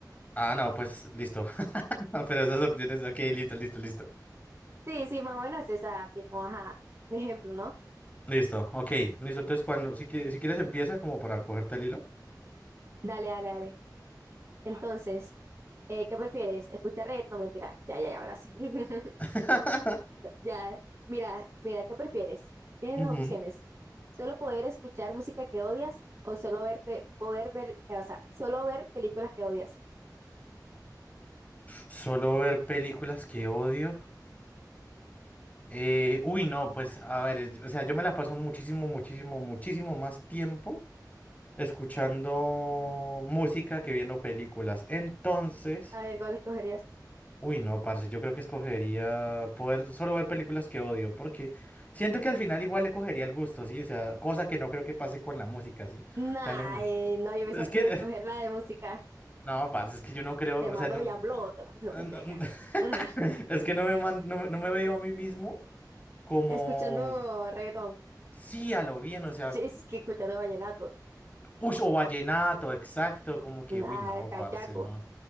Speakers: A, on the left; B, on the right.
A: Ah, no, pues listo. <laughs> Pero esas opciones, ok, listo, listo, listo.
B: Sí, sí, más o menos es esa, tipo, ajá, un ejemplo, ¿no?
A: Listo, ok, listo. Entonces, cuando, si, qui- si quieres, empieza como para cogerte el hilo.
B: Dale, dale, dale. Entonces, eh, ¿qué prefieres? ¿Escuchar reggaetón? No, mentira. Ya, ya, ya, ahora sí. <laughs>
A: <laughs>
B: Ya, mira, mira, ¿qué prefieres? Tienes
A: Ujú.
B: dos opciones. Solo poder escuchar música que odias o solo ver, pe- poder ver, eh, o sea, solo ver películas que odias.
A: Solo ver películas que odio. Eh, uy, no, pues a ver, es- o sea, yo me la paso muchísimo, muchísimo, muchísimo más tiempo. escuchando música que viendo películas. Entonces,
B: A ver, ¿cuál escogerías?
A: uy, no, parce, yo creo que escogería poder solo ver películas que odio, porque siento que al final igual le cogería el gusto, ¿sí? O sea, cosa que no creo que pase con la música, ¿sí?
B: Nah,
A: O sea, no,
B: eh, no, yo pensé
A: es
B: que
A: que,
B: iba
A: <laughs>
B: a escoger la de música.
A: no, parce, es que yo no creo,
B: Te mando
A: o sea, no-
B: Yamblo, te mando, no,
A: no-
B: mentira ya.
A: no-
B: Ujú.
A: <laughs> es que no me, man- no, no me veo a mí mismo como,
B: Escuchando reggaetón.
A: sí, a lo bien, o sea,
B: Sí, es que escuchando vallenato.
A: uy, o vallenato, exacto, como que,
B: Nah,
A: uy, no,
B: cachaco.
A: parce, no.